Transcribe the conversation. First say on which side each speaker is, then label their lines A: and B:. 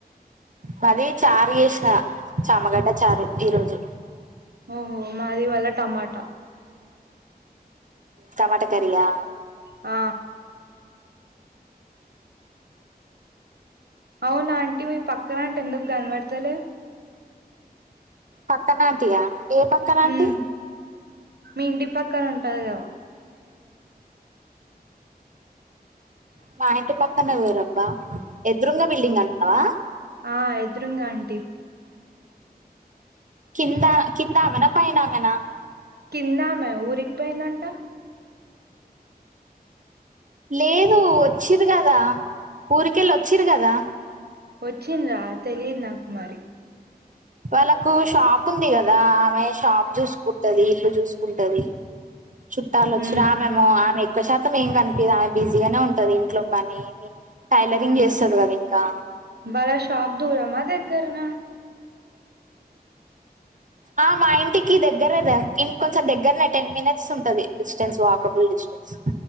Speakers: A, on the right; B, on the right.
A: మది చారు ఏష్నా చామగడ్డ చారు ఈ రోజు
B: ఓహో మాది ఇవ్వాళ్ళ టమాట
A: టమాట కారియా
B: ఆ అవునా అంటీ మీ పక్కన ఆంటీ ఎందుకు కన్వడ్తలేదు
A: పక్కన అంటీయా ఏ పక్కన అంటి
B: ఉమ్ మీ ఇంటి పక్కన ఉంటది గదా
A: మా ఇంటి పక్కన ఎవరబ్బా ఎద్రుంగ బిల్డింగ్ అంటున్నావా
B: ఆ ఎద్రుంగా అంటీ
A: కిందా కిందామెనా పైనామెనా
B: కిందమె ఊరికిపోయిందంట
A: లేదు ఒచ్చిరు గదా ఊరికేళ్ళ ఒచ్చిరు గదా
B: ఒచ్చిందా తెలీద్ నాకు మరి
A: వాళ్ళలకు షాప్ ఉంది గదా ఆమె షాప్ జుస్కుంటది ఇల్లు జుస్కుంటది చుట్టాలు వచ్చిన
B: ఉమ్
A: ఆమెమో ఆమె ఎక్కువ శాతం ఏం కనిపియాది ఆమె బిజీగానే ఉంటది ఇంట్లో పని టైలరింగ్
B: ఉమ్
A: చేస్తది కదా ఇంకా
B: వాళ్ళ షాప్ దూరమా దగ్గరనా
A: ఆ మా ఇంటికి దగ్గరదా ఇమ్ కొంచెం దగ్గరనే టెన్ మినిట్స్ ఉంటది డిస్టెన్స్ వాకబుల్ డిస్టెన్స్